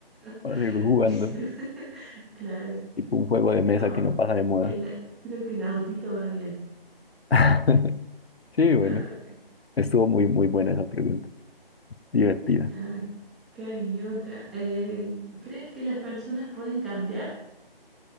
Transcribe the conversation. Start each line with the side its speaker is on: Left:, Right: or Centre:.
Centre: <laughs>
Left: para seguir jugando.
Centre: Claro.
Left: tipo un juego de mesa
Centre: Ah,
Left: que no pasa de moda.
Centre: el- creo que el autito va bien.
Left: <laughs> Sí, bueno,
Centre: Ah,
Left: estuvo muy, muy buena esa pregunta, divertida.
Centre: ah, acá hay otra. Eh, ¿crees que las personas pueden cambiar?